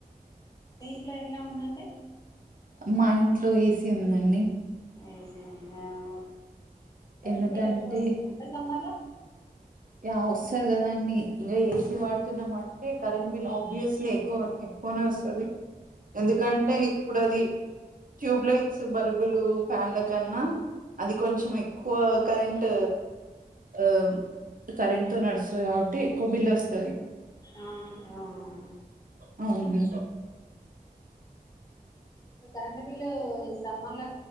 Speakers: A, on the left; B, on the right.
A: మీఇంట్లో ఎట్ల ఉందండి
B: మా ఇంట్లో ఏసీ ఉందండి
A: ఏసి ఉందా ఓకే కరెంట్
B: ఎందుకంటే
A: బిల్ ఎక్కువ వస్తుందండి సమ్మర్ లో
B: యా వస్తది కదా అండి ఇంగ ఏసీ వాడుతున్నామంటే కరెంట్ బిల్ ఆబ్వియస్లీ ఎక్కువ ఎకో క్కొనే వస్తది ఎందుకంటే ఇప్పుడు అది ట్యూబ్లైట్స్ బల్బులు ఫ్యాన్ల కన్నా అది కొంచెం ఎక్కువ కరెంట్ ఆ కరెంట్ తో నడుస్తది కాబట్టి ఎక్కువ బిల్ వస్తది
A: అవునండి అవునవును
B: అవును
A: మరి ఇప్పుడు కరెంట్ బిల్లు ఈ సమ్మర్ల